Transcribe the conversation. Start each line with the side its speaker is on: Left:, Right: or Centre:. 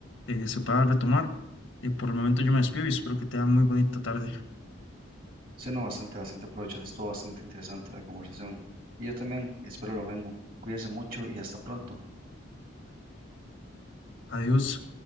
Left: eh, se pueda retomar. Y por el momento yo me despido y espero que tenga muy bonita tarde.
Right: Sí, no, bastante, bastante provechoso. Estuvo bastante interesante la conversación. Y yo también espero lo mismo. Cuídense mucho y hasta pronto.
Left: Adiós.